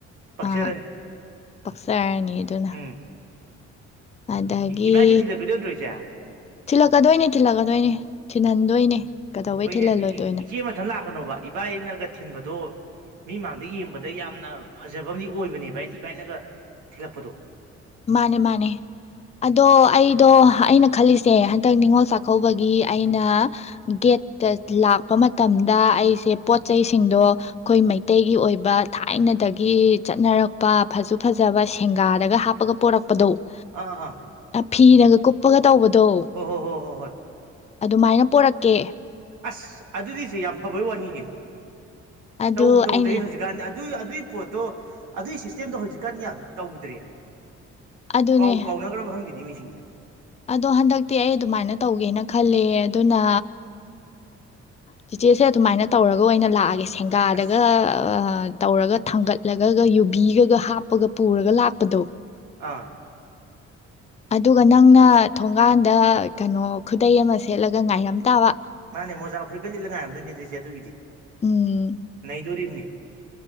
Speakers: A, on the right (about 80°); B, on the left (about 20°).
A: ꯄꯛꯆꯔꯅꯤ
B: ꯑꯥ ꯄꯛꯆꯔꯅꯤ ꯑꯗꯨꯅ
A: ꯎꯝ
B: ꯑꯗꯒꯤ
A: ꯏꯕꯥꯏꯅ ꯊꯤꯜꯂꯛꯀꯗꯣꯏ ꯅ ꯇꯧꯔꯤꯁꯦ
B: ꯊꯤꯜꯂꯛꯀꯗꯣꯏꯅꯦ ꯊꯤꯜꯂꯛꯀꯗꯣꯏꯅꯦ ꯊꯤꯜꯍꯟꯗꯣꯏꯅꯦ ꯀꯩꯗꯧꯕꯩ
A: ꯍꯈꯣꯏꯅꯦ
B: ꯊꯤꯜꯍꯜꯂꯣꯏꯗꯣꯏꯅꯣ
A: ꯏꯆꯦ ꯃꯊꯪ ꯂꯥꯛꯀꯅꯣꯕ ꯏꯕꯥ ꯏꯅꯒ ꯊꯤꯟꯕꯗꯣ ꯃꯤ ꯃꯥꯡꯗ ꯌꯦꯡꯕꯗ ꯑ ꯗ ꯌꯥꯝꯅ ꯐꯖꯕ ꯑꯃꯗꯤ ꯑꯣꯏꯕꯅꯦ ꯚ ꯏꯕꯥꯏꯅꯒ ꯊꯤꯜꯂꯛꯄꯗꯣ
B: ꯃꯥꯅꯦ ꯃꯥꯅꯦ ꯑꯗꯣ ꯑꯩꯗꯣ ꯑꯩꯅ ꯈꯜꯂꯤꯁꯦ ꯍꯟꯗꯛ ꯅꯤꯉꯣꯜ ꯆꯥꯛꯀꯧꯕꯒꯤ ꯑꯩꯅ ꯒꯦꯠꯇ ꯂꯥꯛꯄ ꯃꯇꯝꯗ ꯑꯩꯁꯦ ꯄꯣꯠ ꯆꯩꯁꯤꯡꯗꯣ ꯑꯩꯈꯣꯏ ꯃꯩꯇꯩꯒꯤ ꯑꯣꯏꯕ ꯊꯥꯏꯅꯗꯒꯤ ꯆꯠꯅꯔꯛꯄ ꯐꯁꯨ ꯐꯖꯕ ꯁꯦꯡꯒꯥꯗꯒ ꯍꯥꯞ ꯀꯞꯄꯒ ꯄꯣꯔꯛꯄꯗꯣ
A: ꯑꯥ ꯑꯥ
B: ꯐꯤꯔꯒ ꯀꯨꯄꯒ ꯇꯧꯕꯗꯣ
A: ꯍꯣ ꯍꯣ ꯍꯣ ꯍꯣ ꯍꯣꯏ
B: ꯑꯗꯨꯃꯥꯏꯅ ꯄꯣꯔꯛꯀꯦ
A: ꯑꯁ ꯑꯗꯨꯗꯤꯁꯦ ꯌꯥꯝ ꯐꯕꯩ ꯋꯥꯅꯤꯒꯤꯅꯤ
B: ꯑꯗꯨ
A: ꯇꯧꯕ ꯇꯧꯗ꯭ꯔꯔꯤ
B: ꯑꯩꯅ
A: ꯍꯧꯖꯤꯛꯀꯥꯟꯗꯤ ꯑꯗꯨꯏ ꯑꯗꯨꯏ ꯄꯣꯠꯇꯣ ꯑꯗꯨꯏ ꯁꯤꯁꯇꯦꯝꯗꯣ ꯍꯧꯖꯤꯛꯀꯥꯟ ꯌꯥꯝ ꯇꯧꯗ꯭ꯔꯦꯅꯦ
B: ꯑꯗꯨꯅꯦ
A: ꯀꯥꯎꯕ ꯀꯥꯎꯅꯈ꯭ꯔꯕ ꯈꯪꯗꯦꯅꯤ ꯃꯤꯁꯤꯡꯁꯦ
B: ꯑꯗꯣ ꯍꯟꯗꯛꯇꯤ ꯑꯩ ꯑꯗꯨꯃꯥꯏꯅ ꯇꯧꯒꯦꯅ ꯈꯜꯂꯦ ꯑꯗꯨꯅ ꯇꯤꯆꯦꯁꯦ ꯑꯗꯨꯃꯥꯏꯅ ꯇꯧꯔꯒ ꯑꯣꯏꯅ ꯂꯥꯛꯑꯒꯦ ꯊꯦꯡꯒꯥꯗꯒ
A: ꯑꯁ
B: ꯇꯧꯔꯒ ꯊꯥꯡꯒꯠꯂꯒꯒ ꯌꯨꯕꯤꯒꯒ ꯍꯥꯞꯄꯒ ꯄꯨꯔꯒ ꯂꯥꯛꯄꯗꯣ
A: ꯑꯥ
B: ꯑꯗꯨꯒ ꯅꯪꯅ ꯊꯣꯡꯒꯥꯟꯗ ꯀꯩꯅꯣ ꯈꯨꯗꯩ ꯑꯃ ꯁꯦꯠꯂꯒ ꯉꯥꯏꯔꯝ ꯇꯥꯕ
A: ꯃꯥꯅꯦ ꯃꯣꯖꯥ ꯐꯨꯔꯤꯀꯠ ꯂꯤꯠꯂ ꯉꯥꯏꯔꯝꯗꯅꯤꯗ꯭ꯔꯤꯁꯦ ꯑꯗꯨꯒꯤꯗꯤ
B: ꯎꯝ
A: ꯅꯩꯗꯣꯔꯤꯕꯅꯤ